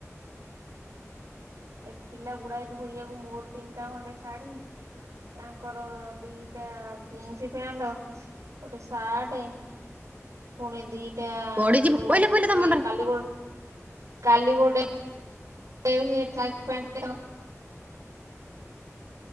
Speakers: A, on the right (about 80°); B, on the right (about 30°).
A: ଏ ଥିଲା ଗୁଡାଏ ଧୋଇବାକୁ ମୋର ତିନିଟା ଖଣ୍ଡେ ଶାଢୀ ତାଙ୍କର ଦିଟା ଜିନ୍ସ ପ୍ୟାଣ୍ଟ ଗୋଟେ ସାର୍ଟ ପୁଣି ଦିଟା ଏଟା
B: ପଡିଯିବୁ
A: ଯୋଉ
B: ପଇଲା ପଇଲା
A: ଇଏ
B: ତା ମୁଣ୍ଡରେ
A: କାଲିଗୋଡ କାଲିଗୋଡେ <inaudible> ଇଏ ପକେଇ